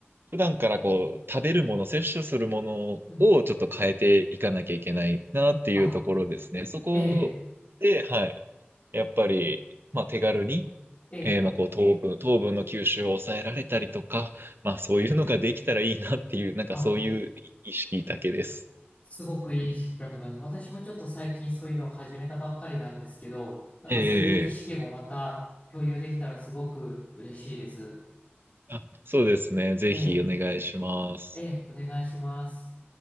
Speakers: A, on the right; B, on the left.
A: 普段からこう、食べるもの、摂取するものをちょっと変えていかなきゃいけないなっていうところですね。
B: うん。あ、
A: そこで、
B: ええ、
A: はい。やっぱり、まあ手軽に、
B: ええ、
A: えーまあこう糖分、糖分の吸収を抑えられたりとか、まあそういうのができたらいいなっていう、なんかそういう意識だけです。
B: あ、すごくいい識だと思います。私もちょっと最近そういうのを始めたばっかりなんですけど、なんかそういう知識もまた共有できたらすごく嬉しいです。
A: ええあ、そうですね。ぜひお願いします。
B: ええ、ええ、お願いします。